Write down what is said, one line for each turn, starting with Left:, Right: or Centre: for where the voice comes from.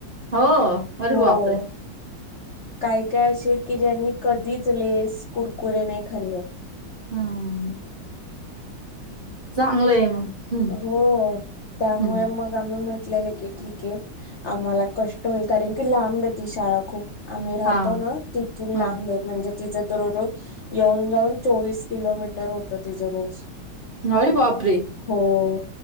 Right: हो अरे
Left: हो.
Right: बापरे
Left: काय काय असे की ज्यांनी कधीच लेस, कुरकुरे नाही खाल्ल.
Right: ह, ह, ह. चांगलंय मग. हम्म
Left: हो त्यामुळे
Right: हम्म
Left: मग, मग म्हटलेलं की ठीके. आम्हाला कष्ट होईल. कारण की लांबे ती शाळा खूप. आम्ही राहतो
Right: हा
Left: ना, तिथून
Right: हा
Left: लांबे. म्हणजे तिचां दुररोज, येऊन जाऊन चोवीस किलोमीटर होतं. तिचं रोज.
Right: अरे बाप रे.
Left: हो.